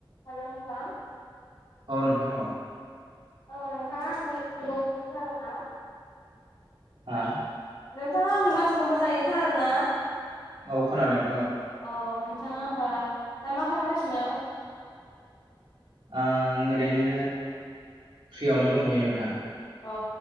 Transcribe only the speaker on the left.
Hello नोंथां
औ नोंथांङा आंनि <unintelligible>
नोंथाङा आंनि माथोखौ मोजांङैनो खोनादों ना?
औ नोंथाङा होमबा दा मा खालामगासिनो?
अ